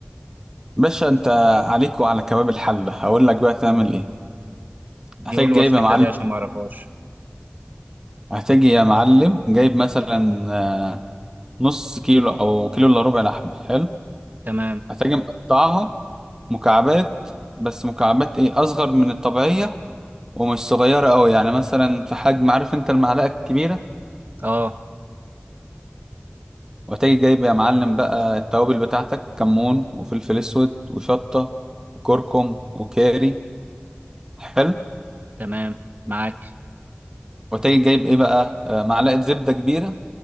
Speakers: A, on the right (about 15°); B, on the right (about 45°).
A: باشا انت عليك وعلى كباب الحلة هقول لك بقى تعمل ايه
B: يقول
A: هتحتاج
B: لي
A: جايب
B: وصفتها
A: يا معلم
B: دي عشان ما اعرفهاش
A: هتحتاج يا معلم جايب مثلا آه، نص كيلو او كيلو الا ربع لحمة حلو
B: تمام
A: هتحتاج مقطعها مكعبات بس مكعبات ايه اصغر من الطبيعية ومش صغيرة قوي يعني مثلا في حجم عارف انت المعلقة الكبيرة
B: اه
A: وهتجي جايب يا معلم بقى التوابل بتاعتك كمون وفلفل اسود وشطة وكركم وكاري حلو
B: تمام معاك
A: وتجي جايب ايه بقى آه، معلقه زبده كبيره